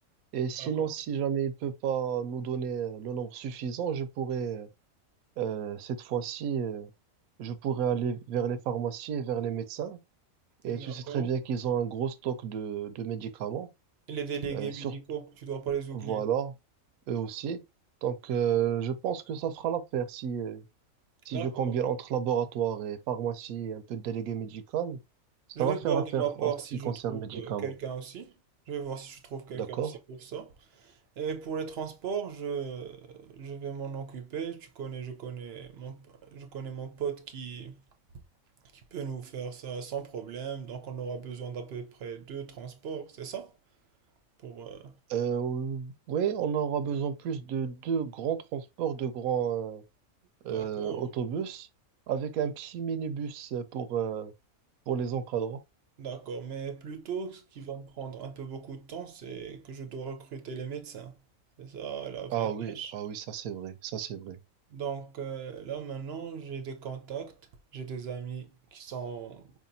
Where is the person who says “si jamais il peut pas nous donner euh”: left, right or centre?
Right